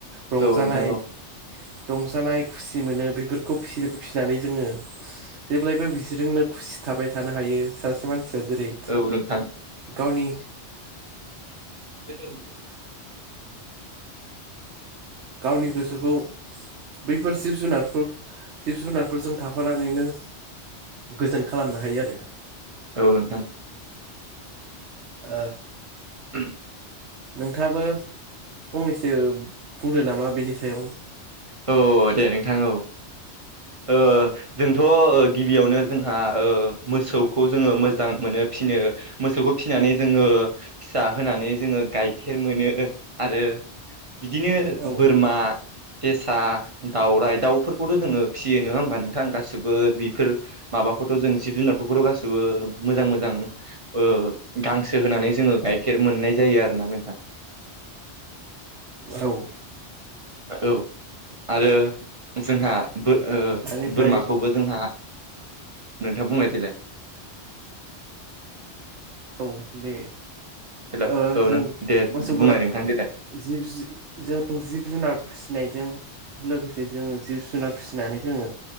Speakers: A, on the right; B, on the right.
A: रंजानाय
B: औ नोंथां औ
A: रंजानाय खुसि मोनो बेफोरखौ फिसि फिसिनानै जोङो। जेब्लायबो बिसोरजोंनो खुसि थाबाय थानो हायो सासे मानसिया जेरै
B: उम थां
A: गावनि
B: <inaudible>
A: गावनि गोसोखौ बैफोर जिब जुनारफोर जिब जुनारफोरजों थाफानानैनो गोजोन खालामनो हायो आरो
B: औ नोंथां।
A: ओ
B: <inaudible>
A: नोंथाबो फंनैसो बुंदो नामा बेनि सायाव।
B: औ दे नोंथां औ। ओ जोंथ ओ गिबियावनो जोंहा ओ मोसौखौ जोङो मोजां मोनो फिनो मोसौखौ फिसिनानै जोङो फिसा होनानै जोङो गाय खेर मोनो आरो बिदिनो
A: औ
B: बोरमा जेसा दाउराइ दाउफोरखौथ जोङो फिसियो नोङा होमबा नोंथां गासिबो बेफोर माबाखौथ जों जिब जुनारफोरखौथ गासैबो मोजां मोजां ओ गांसो होनानै जोङो गाइखेर मोननाय जायो आरोना नोंथां।
A: औ
B: औ आरो जोंहा बो ओ
A: बेनिफ्राय
B: बोरमाखौबो जोंहा नोंथाङा बुंनाय देलाय।
A: औ दे
B: हेल'
A: ओ
B: औ
A: जों
B: नों दे
A: मोसौफोराद
B: बुंलाय नोंथां देलाय
A: जिब जों जिब जुनार फुसिनायजों लोगोसे जोङो जिब जुनार फुसिनानै जोङो